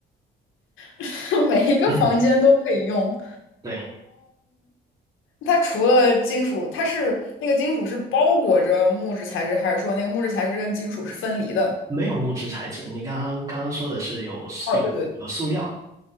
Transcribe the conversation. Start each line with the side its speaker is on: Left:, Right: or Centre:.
Left: <laughs> 每一个房间都可以用。
Right: <clears throat> 嗯，对，
Left: 它除了金属，它是那个金属是包裹着木质材质，还是说那个木质材质跟金属是分离的？
Right: 没有木质材质。你刚刚刚刚说的是有塑有有塑料。
Left: 哦，对对